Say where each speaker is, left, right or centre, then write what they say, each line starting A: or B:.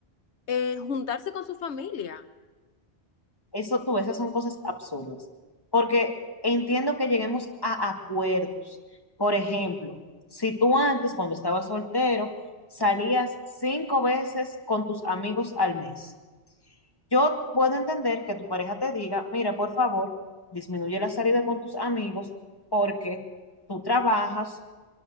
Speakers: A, on the left (about 85°); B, on the left (about 20°).
A: eh, juntarse con su familia.
B: Eso tú, ves, esas son cosas absurdas. Porque entiendo que lleguemos a acuerdos. Por ejemplo, si tú antes, cuando estabas soltero, salías cinco veces con tus amigos al mes, yo puedo entender que tu pareja te diga, mira, por favor, disminuye la salida con tus amigos porque tú trabajas,